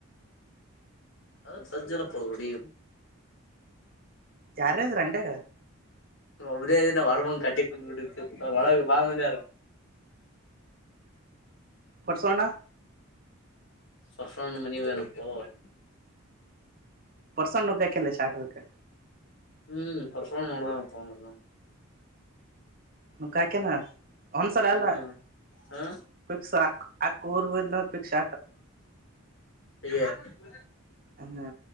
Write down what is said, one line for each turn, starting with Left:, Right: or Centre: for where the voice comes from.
Left: ಹೌದು ಸಜ್ಜ ಇಲಾ ಪಗಡಿ
Right: ಯಾರಾದ್ರ ಅಂಗಡಾಗ
Left: ಅಬಡೇ ಇದನ ವರಮಂ ಕಟ್ಟಿ ಕುಂದು ಬಿಟಿನೀ ಒಳಗ ಬಾಳ ಮಂದಿ ಅದಾರ
Right: ಪರಸೋಣ್ಣಾ
Left: ಪರಸುಅಣ್ಣಾ ಮನಿಗೆ ಹೋಗ್ಯಾನ
Right: ಪರ್ಸಣ್ಣುಗಾಕಲ್ಲ ಚಾಟದಕ್ಕೆ
Left: ಹೂ ಪರಸು ಅಣ್ಣಾ ಹೊಡೆದನತ್
Right: ರೊಕ್ಕ ಹಾಕ್ಕಯಾನ ಒಂದ್ಸಾರಿ
Left: ಹ್ಮ್
Right: ಅಲ್ಲ
Left: ಹ
Right: ಪಿಕ್ಸ್ ಹಾಕ ಆಕಿಊರ ಬಿಟ್ಳಂದ್ರ ಪಿಕ್ಸ್
Left: <unintelligible>
Right: ಹ್ಮ್